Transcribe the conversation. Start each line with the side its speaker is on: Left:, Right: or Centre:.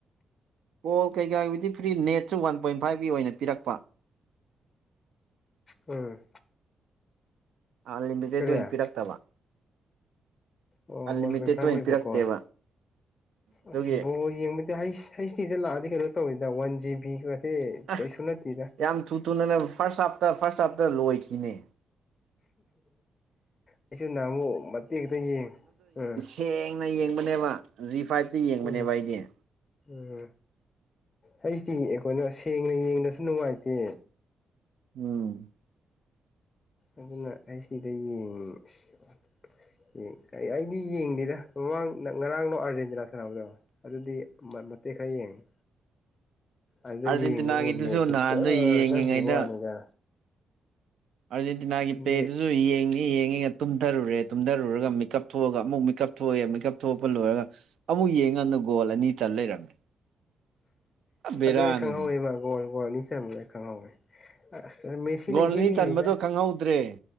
Right: ꯀꯣꯜ ꯀꯩꯀꯥꯒꯤꯗꯤ ꯐ꯭ꯔꯤ ꯅꯦꯠꯁꯨ ꯋꯥꯟ ꯄꯣꯏꯟ ꯐꯥꯏꯕꯀꯤ ꯑꯣꯏꯅ ꯄꯤꯔꯛꯄ
Left: ꯎꯝ
Right: ꯑꯟ ꯂꯤꯃꯤꯇꯦꯠ
Left: ꯀꯔꯤ
Right: ꯑꯣꯏꯅ
Left: ꯑꯣ
Right: ꯄꯤꯔꯛꯇꯕ
Left: ꯑꯣ
Right: ꯑꯟꯂꯤꯃꯤꯇꯦꯠꯇ
Left: ꯋꯥꯟ ꯄꯣꯏꯟꯠ ꯐꯥꯏꯚ
Right: ꯑꯣꯏꯅ
Left: ꯑꯣꯏꯕꯀꯣ
Right: ꯄꯤꯔꯛꯇꯦꯕ ꯑꯗꯨꯒꯤ
Left: ꯑꯁ ꯕꯣꯏ ꯌꯦꯡꯕꯗꯤ ꯍꯩꯁꯇꯤꯗ ꯂꯥꯛꯑꯗꯤ ꯀꯩꯅꯣ ꯇꯧꯋꯤꯗ ꯋꯥꯟ ꯖꯤꯕꯤꯒꯁꯦ
Right: ꯑ
Left: ꯀꯩꯁꯨ ꯅꯠꯇꯦꯗ
Right: ꯌꯥꯝ ꯊꯨ ꯊꯨꯅꯅꯦ ꯐꯥꯔꯁ ꯍꯥꯞꯇ ꯐꯥꯔ꯭ꯁ ꯍꯥꯞꯇ ꯂꯣꯏꯈꯤꯅꯦ
Left: ꯑꯩꯁꯨ ꯅꯍꯃꯨꯛ ꯃꯇꯦꯛꯦꯛꯇ ꯌꯦꯡꯉꯨ ꯎꯝ
Right: ꯊꯦꯡꯅ ꯌꯦꯡꯕꯅꯦꯕ ꯖꯤ ꯐꯥꯏꯚꯇꯤ ꯌꯦꯡꯕꯅꯦꯕ
Left: ꯎꯝ
Right: ꯑꯩꯗꯤ
Left: ꯎꯝ ꯑꯩꯁꯤꯗꯤ ꯑꯩꯈꯣꯏꯅꯣ ꯁꯦꯡꯅ ꯌꯦꯡꯅꯁꯨ ꯅꯨꯡꯉꯥꯏꯇꯦ
Right: ꯎꯝ
Left: ꯑꯗꯨꯅ ꯑꯩ ꯁꯤꯗ ꯌꯦꯡꯉꯁꯤ ꯀ ꯑꯩꯗꯤ ꯌꯦꯡꯗꯦꯗ ꯃꯃꯥꯡ ꯉꯔꯥꯡꯅꯣ ꯑꯥꯔꯖꯦꯟꯇꯤꯅꯥ ꯁꯥꯟꯅꯕꯗꯕ ꯑꯗꯨꯗꯤ ꯃꯇꯦꯛ ꯈꯔ ꯌꯦꯡꯉꯤ ꯑꯗꯨꯗ
Right: ꯑꯥꯔꯖꯦꯟꯇꯤꯅꯥꯒꯤꯗꯨꯁꯨ
Left: ꯌꯦꯡꯕꯕꯨꯅꯦ ꯆ ꯔ
Right: ꯅꯍꯥꯟꯗꯣ
Left: ꯆꯔ
Right: ꯌꯦꯡꯉꯤꯉꯩꯗ
Left: ꯍꯈꯤꯕ ꯋꯥꯅꯤꯗ
Right: ꯑꯔꯖꯦꯟꯇꯤꯅꯥꯒꯤ
Left: ꯅꯦꯠ
Right: ꯄꯦꯔꯁꯨ ꯌꯦꯡ ꯑꯦ ꯌꯦꯡꯉꯦꯒ ꯇꯨꯝꯊꯔꯨꯔꯦ ꯇꯨꯝꯊꯔꯨꯔꯒ ꯃꯀꯞ ꯊꯣꯛꯑꯒ ꯑꯃꯨꯛ ꯃꯦꯀꯞ ꯊꯣꯛꯑꯦ ꯃꯦꯀꯞ ꯊꯣꯛꯂꯄ ꯂꯣꯏꯔꯒ ꯑꯃꯨꯛ ꯌꯦꯡꯉꯅ ꯒꯣꯜ ꯑꯅꯤ ꯆꯟ ꯂꯩꯔꯝꯃꯦ ꯄꯨꯔꯥ ꯕꯦꯔꯥꯅꯤꯅꯦ
Left: ꯑꯗꯨ ꯑꯩ ꯈꯪꯍꯧꯋꯦꯕ ꯒꯣꯜ ꯒꯣꯜ ꯑꯅꯤ ꯁꯦꯝꯕꯗ ꯑꯩ ꯈꯪꯍꯧꯋꯤ ꯑ ꯃꯦꯁꯤꯤꯟ
Right: ꯒꯣꯜ ꯑꯅꯤ
Left: ꯍꯦ ꯍꯗ
Right: ꯆꯟꯕꯗꯣ ꯈꯪꯍꯧꯗ꯭ꯔꯦ